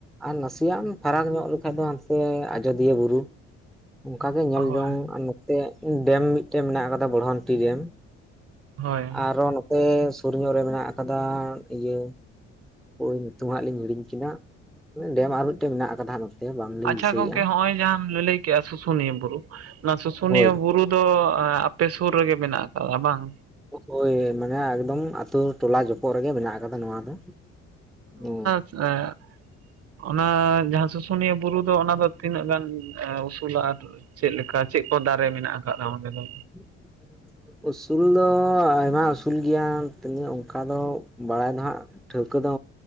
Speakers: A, in the centre; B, on the right.
A: ᱟᱨ ᱱᱟᱥᱤᱭᱟᱜ ᱮᱢ ᱯᱷᱟᱨᱟᱠ ᱧᱚᱜ ᱞᱮᱠᱷᱟᱡ ᱫᱚ ᱦᱟᱱᱛᱮ ᱟᱡᱚᱫᱤᱭᱟᱹ ᱵᱩᱨᱩ ᱚᱱᱠᱟᱜᱮ ᱧᱮᱞ
B: ᱦᱳᱭ
A: ᱡᱚᱝ ᱟᱨ ᱱᱚᱛᱮ ᱰᱮᱢ ᱢᱤᱫᱴᱮᱡ ᱢᱮᱱᱟᱜ ᱟᱠᱟᱫᱟ ᱵᱚᱲᱦᱚᱱᱴᱤ ᱰᱮᱢ
B: ᱦᱳᱭ
A: ᱟᱨᱚ ᱥᱮ ᱥᱩᱨ ᱧᱚᱜ ᱨᱮ ᱢᱮᱱᱟᱜ ᱟᱠᱟᱫᱟ ᱤᱭᱟᱹ ᱦᱳᱭ ᱧᱤᱛᱩᱢ ᱦᱟᱸᱜ ᱞᱤᱧ ᱦᱤᱲᱤᱧ ᱠᱮᱫᱟ ᱰᱮᱢ ᱟᱨ ᱢᱤᱫᱴᱮᱱ ᱢᱮᱱᱟᱜ ᱟᱠᱟᱫᱟ ᱵᱟᱝᱞᱤᱧ
B: ᱟᱪᱪᱷᱟ
A: ᱫᱤᱥᱟᱹᱭᱮᱫᱼᱟ
B: ᱜᱚᱝᱠᱮ ᱦᱚᱸᱜᱼᱚᱭ ᱡᱟᱦᱟᱸᱢ ᱞᱟᱹᱞᱟᱹᱭ ᱠᱮᱜᱼᱟ ᱥᱩᱥᱩᱱᱤᱭᱟᱹ ᱵᱩᱨᱩ ᱚᱱᱟ ᱥᱩᱥᱩᱱᱤᱭᱟᱹ
A: ᱦᱳᱭ
B: ᱵᱩᱨᱩ ᱫᱚ ᱟᱯᱮ ᱥᱩᱨ ᱨᱮᱜᱮ ᱢᱮᱱᱟᱜ ᱟᱠᱟᱫᱼᱟ ᱵᱟᱝ?
A: ᱦᱳᱭ ᱢᱟᱱᱮ ᱮᱠᱫᱚᱢ ᱟᱛᱳ ᱴᱚᱞᱟ ᱡᱚᱯ ᱯᱚᱨᱮ ᱜᱮ ᱢᱮᱱᱟᱜ ᱟᱠᱟᱫᱟ ᱱᱚᱣᱟ ᱫᱚ ᱦᱩ
B: ᱮᱸᱜ ᱚᱱᱟ ᱡᱟᱦᱟᱸ ᱥᱩᱥᱩᱱᱤᱭᱟᱹ ᱵᱩᱨᱩ ᱫᱚ ᱚᱱᱟ ᱫᱚ ᱛᱤᱱᱟᱹᱜ ᱜᱟᱱ ᱩᱥᱩᱞᱟ ᱟᱨ ᱪᱮᱫ ᱞᱮᱠᱟ ᱪᱮᱫ ᱠᱚ ᱫᱟᱨᱮ ᱢᱮᱱᱟᱜ ᱟᱠᱟᱫᱼᱟ ᱚᱸᱰᱮ ᱫᱚ?
A: ᱸ <inaudible> ᱩᱥᱩᱞ ᱫᱚ ᱟᱭᱢᱟ ᱩᱥᱩᱞ ᱜᱮᱭᱟ ᱛᱚᱵᱮ ᱚᱱᱠᱟ ᱫᱚ ᱵᱟᱲᱟᱭ ᱫᱚ ᱦᱟᱜ, ᱴᱷᱟᱹᱣᱠᱟᱹ ᱫᱚ